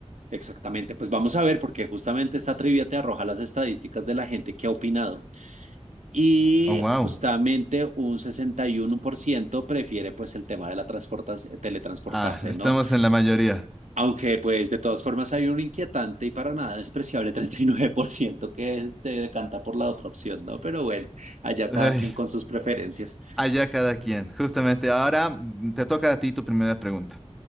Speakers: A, on the right; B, in the centre.
A: Exactamente, pues vamos a ver, porque justamente esta trivia te arroja las estadísticas de la gente que ha opinado y
B: Oh, wow.
A: justamente un 61% prefiere pues el tema de la transportas- teletransportarse,
B: Ah, estamos
A: ¿no?
B: en la mayoría.
A: Aunque, pues, de todas formas hay un inquietante y para nada despreciable <laughs> 39% que se decanta por la otra opción, ¿no? Pero bueno, allá cada
B: Ay,
A: quien con sus preferencias.
B: allá cada quien. Justamente ahora mm, te toca a ti tu primera pregunta.